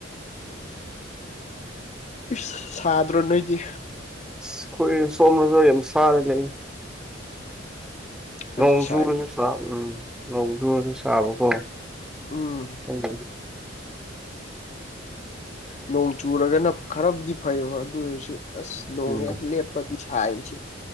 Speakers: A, on the left; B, in the centre.
A: ꯏꯁ ꯁꯥꯗ꯭ꯔꯣ ꯅꯣꯏꯗꯤ
B: ꯑꯁ ꯑꯩꯈꯣꯏ ꯁꯣꯝꯗꯁꯨ ꯌꯥꯝ ꯁꯥꯔ ꯂꯩ ꯅꯣꯡꯆꯨꯔꯁꯨ
A: ꯑꯩꯁꯨ ꯁꯥꯏ
B: ꯁꯥꯕ ꯎꯝ ꯅꯣꯡꯆꯨꯔꯁꯨ ꯁꯥꯕꯀꯣ
A: ꯎꯝ
B: ꯎꯝ
A: ꯅꯣꯡ ꯆꯨꯔꯒꯅ ꯈꯔꯕꯨꯗꯤ ꯐꯩꯌꯦꯕ ꯑꯗꯨ ꯑꯣꯏꯔꯁꯨ ꯑꯁ ꯅꯣꯡ
B: ꯎꯝ
A: ꯍꯦꯛ ꯂꯦꯞ ꯄꯗꯤ ꯁꯥꯔꯤꯁꯤ